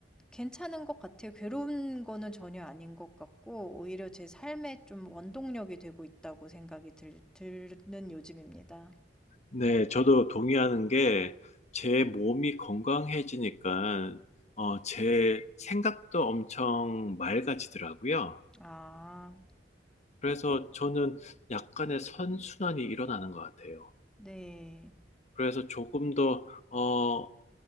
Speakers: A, in the centre; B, on the left.
A: 괜찮은 것 같아요. 괴로운 거는 전혀 아닌 것 같고 오히려 제 삶에 좀 원동력이 되고 있다고 생각이 들 드는 요즘입니다.
B: 네, 저도 동의하는 게 제 몸이 건강해지니까 어, 제 생각도 엄청 맑아지더라고요.
A: 아.
B: 그래서 저는 약간의 선순환이 일어나는 것 같아요.
A: 네.
B: 그래서 조금 더, 어,